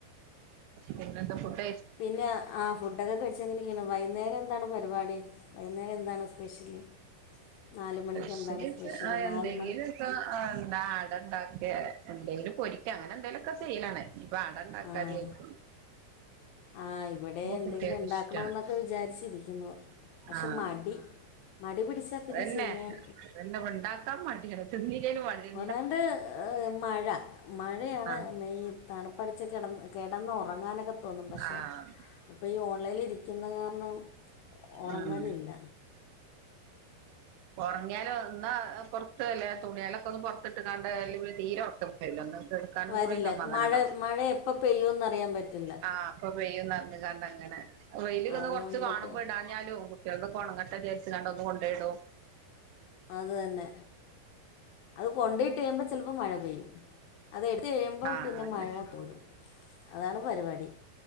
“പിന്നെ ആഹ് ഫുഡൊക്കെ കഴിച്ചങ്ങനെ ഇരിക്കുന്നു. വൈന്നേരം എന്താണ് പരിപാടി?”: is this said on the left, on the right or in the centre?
Left